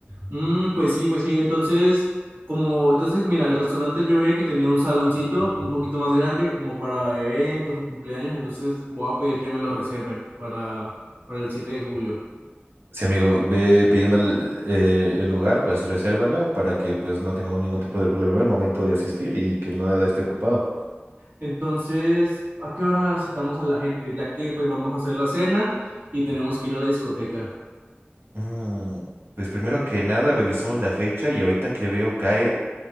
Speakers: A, on the right (about 50°); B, on the right (about 70°).
A: Mm, pues sí, pues sí. Entonces, como, entonces, mira, el restaurante yo vi que tenía un saloncito un poquito más grande como para eventos o cumpleaños, entonces voy a pedir que me lo reserven para, para el 7 de julio.
B: Sí, amigo, ve pidiendo el, eh, el lugar, pues resérvalo para que pues no tengamos ningún tipo de problema al momento de asistir y que nada esté ocupado.
A: Entonces, ¿a qué hora citamos a la gente? Ya que pues vamos a hacer la cena y tenemos que ir a la discoteca.
B: Mm, pues primero que nada revisamos la fecha y ahorita que veo cae